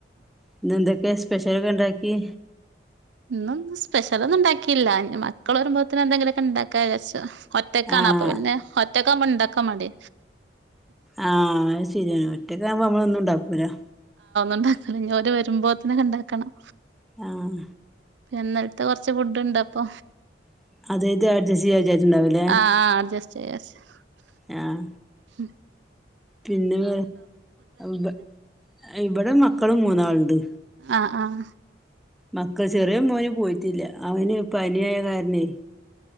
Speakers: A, in the centre; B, on the right.
A: ഇന്നെന്തൊക്കെയാ സ്പെഷ്യലൊക്കെ ഇണ്ടാക്കി
B: ഇന്നൊന്നും സ്പെഷലന്നും ഉണ്ടാക്കയില്ല മക്കള് വരുമ്പോത്തേന് എന്തെങ്കിലൊക്കെ ഇണ്ടാക്കാ വിചാരിച്ചു ഒറ്റക്കാണ
A: ആഹ്
B: അപ്പൊ പിന്നെ ഒറ്റക്കാമ്പോണ്ടാക്കാൻ മടി
A: ആ ശരിയാണ് ഒറ്റക്കാമ്പോ നമ്മളൊന്നും ഉണ്ടാക്കൂലാ
B: ണ്ടാക്കണം ഓര് വരുമ്പോത്ത്നേക്കിണ്ടാക്കണം
A: ആഹ
B: ന്നലത്തെ കൊറച്ച് ഫുഡ് ഇണ്ട് അപ്പൊ.
A: <unintelligible>
B: ആഹ് <unintelligible>
A: ആഹ
B: ഉം
A: പിന്നെറെ ഇബ ഇബടെ മക്കള് മൂന്നാളുണ്ട്.
B: ആഹ്
A: മക്കൾ ചെറിയ മോന് പോയിട്ടില്ല അവന്പനിയായ കാരനെയ്